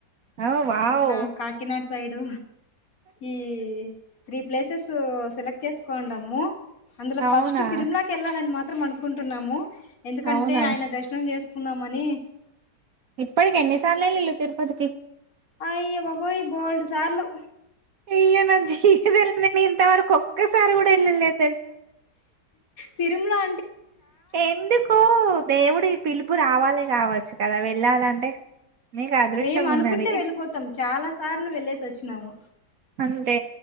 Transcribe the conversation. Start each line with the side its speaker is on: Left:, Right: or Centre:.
Right: ఓ వావ్
Left: ఇట్లా కాకినాడ సైడు ఈ త్రీ ప్లేసెస్ సెలెక్ట్ చేసుకోండము అందులో
Right: అవునా
Left: ఫస్ట్ తిరుమలకి వెళ్ళాలని మాత్రం అను కుంటున్నాము ఎందుకంటే
Right: అవునా
Left: ఆయన దర్శనం చేసుకుందాం మని
Right: ఇప్పటికి ఎన్ని సార్లు ఎళ్ళి లు తిరుపతికి
Left: అయ్యే బాబోయి బోల్డ్ సార్లు
Right: అయ్యో నా జీవితంలో నేను ఇంతవరకు ఒక్కసారి కూడా వెళ్ళలేదు
Left: తిరుమలా
Right: ఎందుకు దేవుడు పిలుపు రావాలి కావచ్చు గదా వెళ్ళాలంటే నీకు అదృష్టం
Left: మేము అనుకుంటే
Right: ఉన్నది
Left: వెళ్ళిపోతాం చాలా సార్లు వెళ్లేేసి వచ్చినాము
Right: అంతే